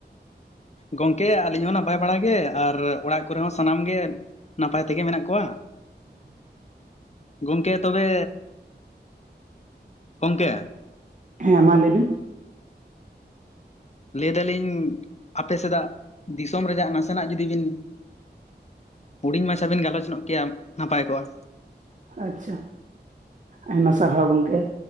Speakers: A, on the left; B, on the right.
A: ᱜᱚᱝᱠᱮ ᱟᱹᱞᱤᱧ ᱦᱚᱸ ᱱᱟᱯᱟᱭ ᱵᱟᱲᱟ ᱜᱮ ᱟᱨ ᱚᱲᱟᱜ ᱠᱚᱨᱮ ᱦᱚᱸ ᱥᱟᱱᱟᱢ ᱜᱮ ᱱᱟᱯᱟᱭ ᱛᱮᱜᱮ ᱢᱮᱱᱟᱜ ᱠᱚᱣᱟ᱾
B: ᱦᱮᱸ <unintelligible>
A: ᱜᱚᱝᱠᱮ ᱛᱚᱵᱮ ᱜᱚᱝᱠᱮ,
B: ᱦᱮᱸ, ᱢᱟ ᱞᱟᱹᱭ ᱵᱤᱱ?
A: ᱞᱟᱹᱭ ᱫᱟᱞᱤᱧ ᱟᱯᱮ ᱥᱮᱫᱟᱜ ᱫᱤᱥᱚᱢ ᱨᱮᱭᱟᱜ ᱱᱟᱥᱮᱱᱟᱜ ᱡᱩᱫᱤ ᱵᱤᱱᱼᱼ ᱦᱩᱰᱤᱧ ᱢᱟᱪᱷᱟ ᱵᱤᱱ ᱜᱟᱞᱚᱪ ᱧᱚᱜ ᱠᱮᱭᱟ ᱱᱟᱯᱟᱭ ᱠᱚᱜᱼᱟ?
B: ᱟᱪᱪᱷᱟ, ᱟᱭᱢᱟ ᱥᱟᱨᱦᱟᱣ ᱜᱚᱢᱠᱮ